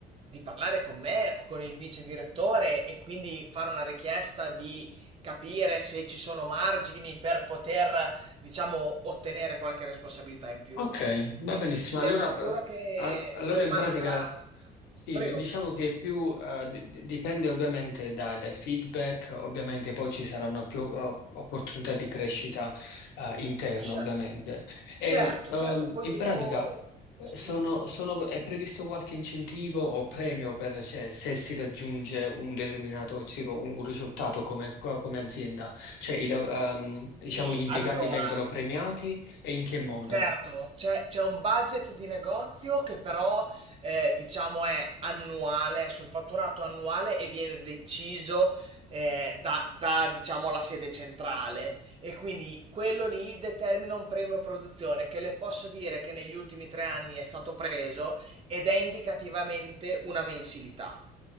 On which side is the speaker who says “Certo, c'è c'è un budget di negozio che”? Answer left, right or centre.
Right